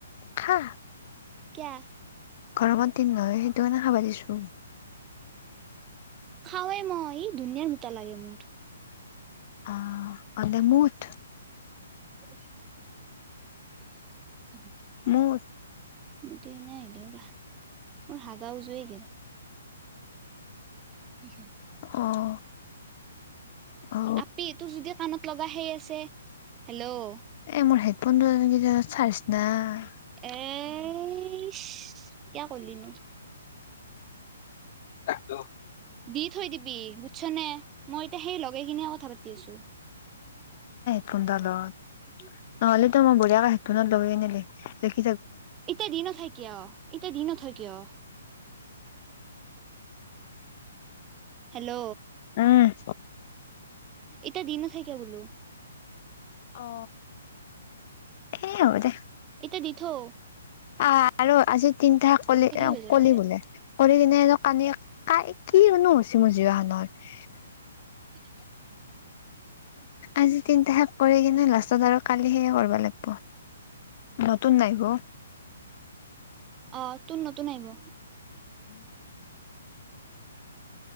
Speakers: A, on the left (about 45°); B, on the right (about 20°).
A: খা
B: কিয়া?
A: গৰমত দিন নহয় সেইটো কাৰণে খাবা দিছোঁ।
B: খাৱে মই ই দুনীয়াৰ মুতা লাগে মোৰ।
A: আহ অ' দে মুত।
B: ব <inaudible> া <inaudible>
A: মুঠ
B: মুক্তি কানে আহলো ৰহ মোৰ হাগা উজই গেল। কিছা <inaudible>
A: অ' অ'।
B: আপি তোৰ যদি কাণত লগা হেই আছে হেল্ল'?
A: এ মোৰ হেডফোনটো এই খিনি জাগাত চাৰ্জ নাই।
B: এছ কিয়া কৰলি নো?
A: টো। <unintelligible>
B: দি থৈ দিবি বুজছ নে? মই এতিয়া সেই লগাই কিনে কথা পাতি আছোঁ।
A: ফোন ডালত।
B: উ <inaudible>
A: নহ'লে টো মই বঢ়িয়াকে হেড ফোনত লগাই কিনে লিখ লিখা
B: এতিয়া দি নথই কিয়, এতিয়া দি নথই কিয়? হেল্ল'?
A: উম
B: এতিয়া দি নথয় কিয় বোলো?
A: অ, এ হব দে।
B: এতিয়া দি থো।
A: আ আৰু আজি তিনিটা শেষ কলি,
B: হৈ যাব
A: কলি বোলে, কৰি কিনে কালি কাই কিনো হৈছে মোৰ জিভাখনত?
B: <unintelligible>
A: আজি তিনটা শেষ কৰি কিনে লাষ্টত আৰু কালি সেই কৰিব লাগিব, নতুন নাহিব?
B: অ, তোৰ নতুন আহিব।
A: উম।